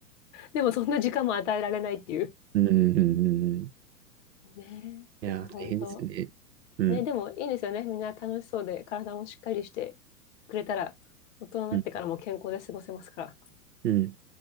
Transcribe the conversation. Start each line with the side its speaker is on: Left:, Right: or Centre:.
Left: でもそんな時間も与えられないっていう。
Right: うん、<laughs> うん、うん。うん
Left: ねえいや、
Right: いや、大変ですね。
Left: 本当。
Right: うん、
Left: ね、でもいいですよね。みんな楽しそうで、体もしっかりしてくれたら、大人になってからも健康で過ごせますから。
Right: うん、うん。